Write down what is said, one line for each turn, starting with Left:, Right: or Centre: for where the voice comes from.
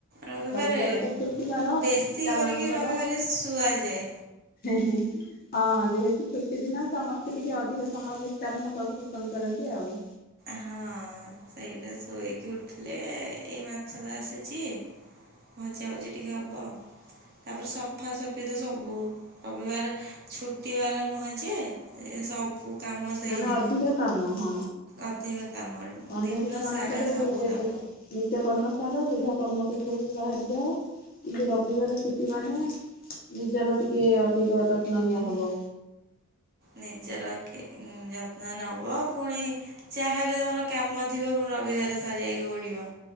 Right: ରବିବାରେ
Left: ରବିବାର ତ ଛୁଟିବାର
Right: ବେଶୀ
Left: ପିଲାମାନଙ୍କର।
Right: କରିକି ରବିବାରେ ଶୁଆଯାଏ
Left: ହଁ ଯେହେତୁ ଛୁଟି ଦିନ ସମ ସେ ଟିକେ ଅଧିକ ସମୟ ବିଶ୍ରାମ ନବାକୁ ପସନ୍ଦ କରନ୍ତି ଆଉ।
Right: ହଁ ସେଇଟା ଶୋଇକି ଉଠିଲେ ଏଇ ମାଛ ତ ଆସିଚି। ଭଜା ଭୁଜି ଟିକେ ହବ।
Left: ହ
Right: ତାପରେ ସଫାସଫି ତ ସବୁ ରବିବାର ଛୁଟିବାର ନୁହଁ ଯେ ସବୁ କାମ ସେଇଦିନ
Left: ମାନେ ଅଧିକ କାମ ହଁ।
Right: ଅଧିକ କାମ
Left: ଅନ୍ୟ
Right: ଦିନ
Left: ଦିନମାନଙ୍କରେ
Right: ସାରା
Left: ନିତ୍ୟ
Right: ସବୁ କାମ
Left: କର୍ମ ସା ଯ ଯେଝା କର୍ମକ୍ଷେତ୍ରକୁ ବାହାରି ଯାଅ କିନ୍ତୁ ରବିବାର ଛୁଟି ମାନେ ନିଜର ଟିକେ ଅଧିକ ଯତ୍ନ ନିଆ ହବ।
Right: ନିଜର ଏ ଯତ୍ନ ନବ ପୁଣି ଯାହା ବି ତମର କାମ ଥିବ ପୁଣି ରବିବାରେ ସାରି ଆ ତୁ ଅଡ଼ିବ